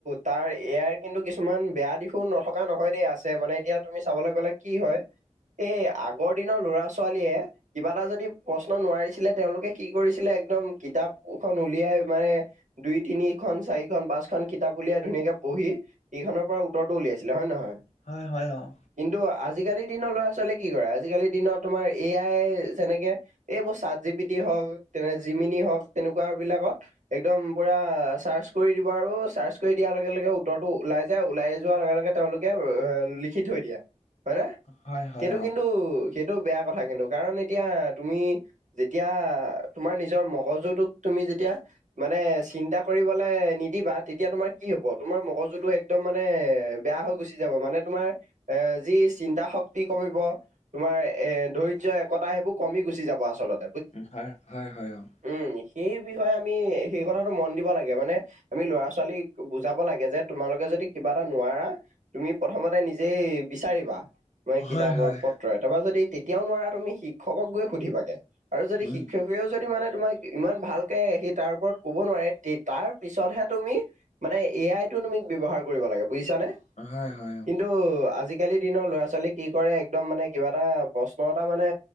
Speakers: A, on the right (about 85°); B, on the left (about 65°).
A: তাৰ এ আইৰ কিন্তু কিছুমান বেয়া দিশো নথকা নহয় দেই, আছে মানে এতিয়া তুমি চাবলৈ গ'লে কি হয়, এই আগৰ দিনৰ ল'ৰা ছোৱালীয়ে কিবা এটা যদি প্ৰশ্ন নোৱাৰিছিলে তেওঁলোকে কি কৰিছিলে একদম কিতাপখন উলিয়াই মানে দুই তিনিখন, চাৰিখন, পাঁচখন কিতাপ উলিয়াই ধুনীয়াকে পঢ়ি ইখনৰ পৰা উত্তৰটো উলিয়াইছিলে হয় নে নহয়?
B: হয় হয় অ'।
A: কিন্তু আজিকালিৰ দিনৰ ল'ৰা ছোৱালীয়ে কি কৰে, আজিকালিৰ দিনত তোমাৰ এ আই যেনেকে এইবোৰ চাট জিপিটি হওঁক, তেনে জিমিনি হওঁক তেনেকুৱা বিলাকত একদম পুৰা চাৰ্চ কৰি দিব আৰু চাৰ্চ কৰি দিয়াৰ লগে লগে উত্তৰটো ওলাই যায়, ওলাই যোৱাৰ লগে লগে তেওঁলোকে লিখি থৈ দিয়ে হয়নে?
B: হয় হয়
A: সেইটো
B: অ
A: কিন্তু সেইটো বেয়া কথা কিন্তু কাৰণ এতিয়া তুমি যেতিয়া তোমাৰ নিজৰ মগজুটোক তুমি যেতিয়া মানে চিন্তা কৰিবলে নিদিবা তেতিয়া তোমাৰ কি হ'ব, তোমাৰ মগজুটো একদম মানে বেয়া হৈ গুচি যাব, মানে তোমাৰ এ, যি চিন্তা শক্তি কমিব তোমাৰ এ, ধৈৰ্য, একতা সেইবোৰ কমি গুচি যাব আচলত
B: উ, হয়, হয় হয় অ'।
A: উম, সেই বিষয়ে আমি, সেই কথাটো মন দিব লাগে মানে আমি ল'ৰা ছোৱালীক বুজাব লাগে যে তোমালোকে যদি কিবা এটা নোৱাৰা তুমি প্ৰথমতে নিজ যে বিচাৰিবা মানে কিতাপৰ
B: হয় হয়
A: <unintelligible> তাৰপা যদি তেতিয়াও নোৱাৰা তুমি শিক্ষকক গৈ সুধিবাকে আৰু যদি
B: উম
A: শিক্ষকেও যদি মানে তোমাক ইমান ভালকে সি তাৰ ওপৰত ক'ব নোৱাৰে তে-তাৰ পিছতহে তুমি মানে এ আইটো তুমি ব্যৱহাৰ কৰিব লাগে বুজিছানে।
B: হয়, হয়, হয়।
A: কিন্তু আজিকালি দিনৰ ল'ৰা ছোৱালী কি কৰে একদম মানে কিবা এটা প্ৰশ্ন এটা মানে